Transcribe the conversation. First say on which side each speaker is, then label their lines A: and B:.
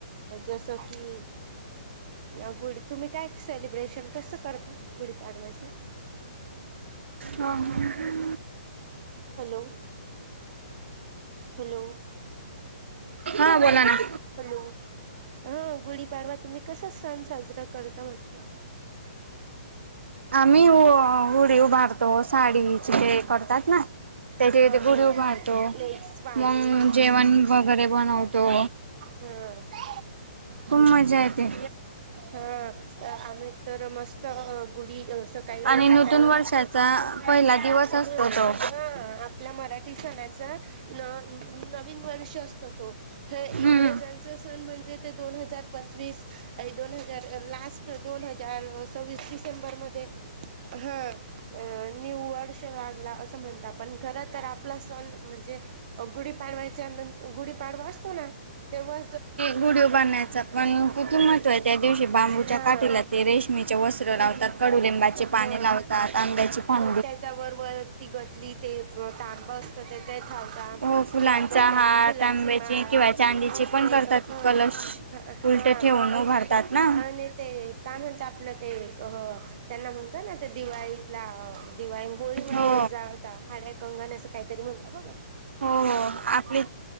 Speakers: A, on the right; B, on the right.
A: जसं की. अ गुढी तुम्ही काय सेलिब्रेशन कसं करता गुढीपाडवायचं. <inaudible>
B: हा ह
A: हॅलो हॅलो
B: हा बोला ना.
A: हॅलो. हा गुढीपाडवा तुम्ही कसा सण साजरा करता म्हटलं.
B: आम्ही. गुढी उभारतो साडीचे ते करतात ना त्याचीथे
A: हा
B: गुढी
A: हा
B: उभारतो.
A: लेट्स पाडून
B: मग
A: हा
B: जेवण वगैरे बनवत. तो...
A: हा
B: तूम मजा येते.
A: हा आम्ही तर मस्त अ-गुढी. सकाळी रोज
B: आणि नूतन
A: सकाळी
B: वर्षाचा पहिला दिवस असतो
A: र
B: तो
A: हा आपल्या मराठी. नन नवीन वर्ष असत ते इंग्रज.
B: हम्म
A: म्हणजे दोन हजार पंचवीस आणि दोन हजार- दोन हजार लास्ट दोन हजार सव्वीस डिसेंबर मध्ये हा अ न्यू वर्ष लागला असं म्हणता पण खर तर आपला सण म्हणजे म्हणजे गुढी पाडवायच्या न गुढीपाडवा असतो ना तेव्हा
B: गुडी उभारण्याचा पण तिथून महत्त्वाच्या आहेत. दिवशी बांबूच्या
A: हा
B: काठीला ते रेशमीचे वस्त्र लावतात कडुलिंबाचे पाणी
A: हा
B: लावतात आंब्याची पान
A: मग त्याच्या वर वरती गटली ते तांब असतं ते ते थाव
B: हो फुलांचा
A: मग त्या
B: हार,
A: फुलांची
B: तांब्याची
A: माळा
B: किंवा चांदीची
A: मग
B: पण
A: ते
B: करतात
A: हा
B: कलश. उलट
A: हा
B: ठेवून
A: अजून
B: उभारतात ना
A: आणि ते काय म्हणता आपलं ते त्यांना म्हणता ना त्या दिवाळीतला दिवाळी होळीमध्ये
B: हो
A: जाळता हाड्या कंगण अस काहीतरी म्हणता बघ.
B: हो हो आपली